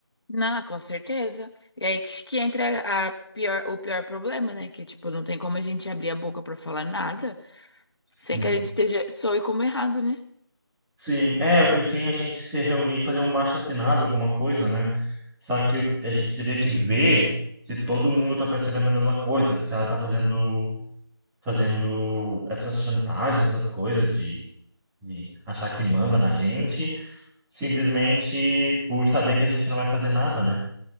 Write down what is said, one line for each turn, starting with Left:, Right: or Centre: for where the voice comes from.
Left: Não, com certeza. E aí que, que entra a pior, o pior problema, né? Que, tipo, não tem como a gente abrir a boca pra falar nada
Centre: Sim.
Left: sem que a gente esteja, soe como errado, né?
Centre: Sim, é, eu pensei em a gente se reunir, fazer um abaixo-assinado, alguma coisa, né? Só que eu- a gente teria que ver se todo mundo tá percebendo a mesma coisa, se ela tá fazendo, fazendo essas chantagens, essas coisas de, de achar que manda na gente, simplesmente por saber que a gente não vai fazer nada, né?